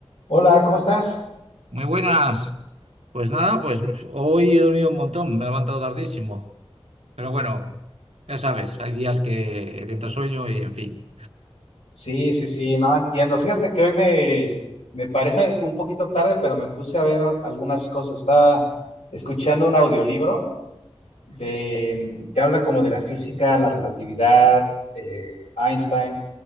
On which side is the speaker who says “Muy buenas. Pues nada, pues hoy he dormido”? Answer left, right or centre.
Right